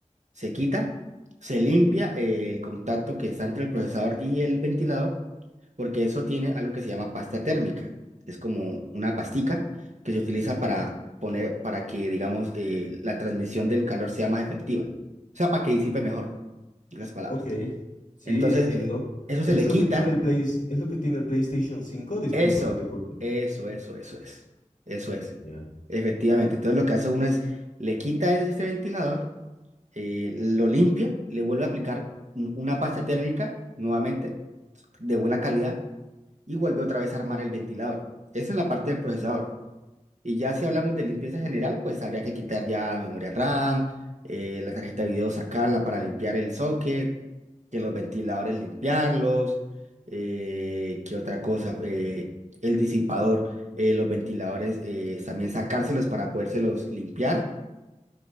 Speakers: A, on the right (about 65°); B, on the left (about 85°).
A: se quita, se limpia eh, el contacto que está entre el procesador y el ventilador, porque eso tiene algo que se llama pasta térmica. Es como una pastica que se utiliza para poner, para que, digamos, eh, la transmisión del calor sea más efectiva. O sea, para que disipe mejor, en las palabras.
B: Ok, sí,
A: Entonces,
B: entiendo.
A: eh, eso se
B: Es
A: le
B: lo
A: quita.
B: que tiene el Play, es lo que tiene el PlayStation 5, disculpa
A: Eso,
B: que te corte.
A: eso, eso, eso es. Eso es.
B: Ya.
A: Efectivamente. Entonces, lo que hace uno es, le quita este ventilador eh, lo limpia, le vuelve a aplicar un- una pasta térmica nuevamente de buena calidad y vuelve otra vez a armar el ventilador. Eso es la parte del procesador. Y ya si hablamos de limpieza general, pues habría que quitar ya memoria RAM, eh, la tarjeta de video sacarla para limpiar el socket, que los ventiladores limpiarlos, eh, que otra cosa, Eh, el disipador, eh, los ventiladores eh, también sacárselos para podérselos limpiar